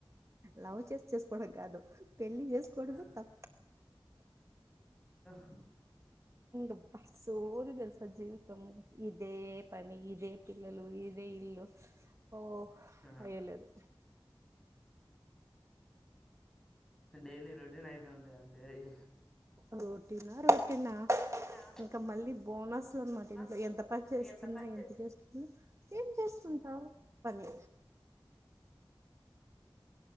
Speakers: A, on the right; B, in the centre.
A: లవ్ చేసి చేసుకోవడం కాదు పెళ్లి చేసుకోవడమే
B: ఆ
A: త
B: ఆ
A: అబ్బా సోది తెల్సా జీవితము ఇదే పని ఇదే పిల్లలు ఇదే ఇల్లు ఓ
B: ఆహా
A: అయ్యలేదు
B: డైలీ రొటీన్ అయితుంటాయి అంతే అయి
A: రోటీనా రోటిన
B: తిన్నా
A: ఇంకా మళ్లీ బోనస్లు అన్నమాట
B: మస్తు
A: ఇంట్ల ఎంత పని చేస్తున్నాయి
B: పని చేస్
A: ఎంత చేస్తు ఏం చేస్తుంటావు పని